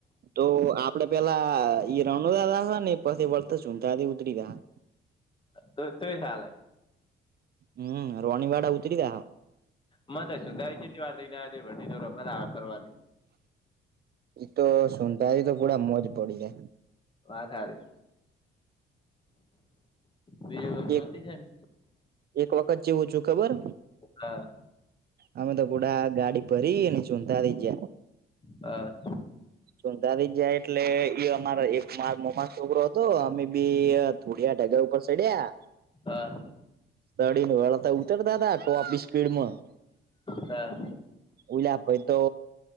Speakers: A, on the right (about 50°); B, on the left (about 25°).
A: તો આપણે પેલા ઈ રણો દાદા હો ને પછી વર્ત ચૂતાથી ઉતરી ગયા.
B: તો ત્રી હાલેે
A: હમ્મ રોણી વાડા ઉતરી તા હ
B: મને તો છેલી વાર રઈને આ દે દો મ ફરવાની
A: ઈતો સુતાલી તો પૂરા મોજ પડી જાય.
B: વાત હારી બીજું સોનતી
A: એક
B: છે ને
A: એક વખત જેવું છું ખબર
B: હા.
A: અમે તો પુડા ગાડી ભરી ને ચૂંધા થઈજયા.
B: હા.
A: સુંતાારી જાય એટલે એ અમારા એકમા મોમા છોકરો હતો. અમે બી થોડીયા ઢગા ઉપર ચડિયા.
B: હા.
A: દડીને વળતા ઉતરતા હતા ટોપી સ્પીડમાં
B: હા.
A: ઉલા ભાયતો